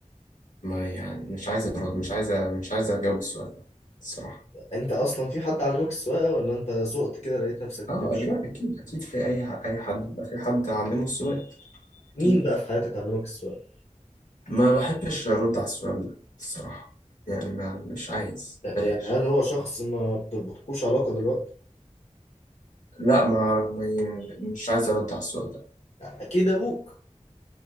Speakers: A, on the left; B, on the left.
A: ما يعني مش عايز أرد مش عايز مش عايز اجاوب السؤال ده الصراحه
B: أنت أصلا في حد علمك السواقة ولا أنت سوقت كده لقيت نفسك بتمشي؟
A: اه أكيد أكيد أكيد في أي ح- أي حد بيبقى في حد علمه السؤال
B: مين
A: أكيد
B: بقى في حياتك علمك السواقة؟
A: ما بحبش أرد على السؤال ده الصراحة يعني ما مش عايز
B: يعني
A: بلاش
B: هل هو شخص ما بتربطكوش علاقة دلوقتي؟
A: لا ما ما- مش عايز أرد على السؤال ده
B: أكيد أبوك